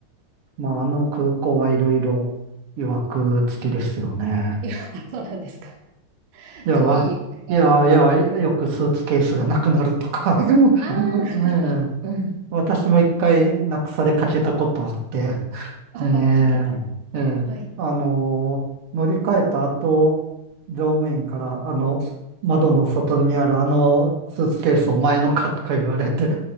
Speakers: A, on the right (about 85°); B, on the right (about 70°).
A: まあ、あの空港はいろいろ、曰く付きですよね。
B: <laughs> いや、そうなんですか。
A: いや、
B: どういう意味があるんですか
A: わ、いや、いや、よくスーツケースがなくなるとか <laughs>、
B: あ
A: ええ私も一回なくされかけたことあって、
B: ー <laughs> あ、
A: ええ、
B: かけた。
A: ええ、
B: はい。
A: あの乗り換えた後、乗務員から、あの、窓の外にあるあのスーツケースお前のかとか言われて、